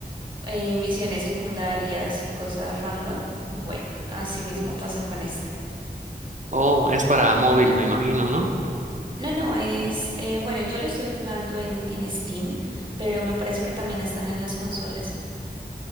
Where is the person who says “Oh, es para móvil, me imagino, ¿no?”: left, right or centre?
Right